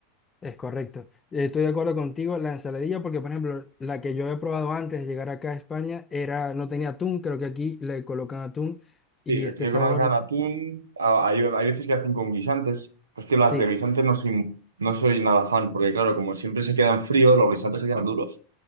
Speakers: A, on the left; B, on the right.
A: Es correcto. Eh, Estoy de acuerdo contigo. La ensaladilla, porque por ejemplo, la que yo he probado antes de llegar acá a España era, no tenía atún, creo que aquí le colocan atún y
B: Sí, aquí
A: este sabor,
B: con hagan atún, a- hay, hay veces que hacen con guisantes. Pues que las
A: sí,
B: de guisantes no soy, no soy nada fan, porque claro, como siempre se quedan fríos, los guisantes se quedan duros.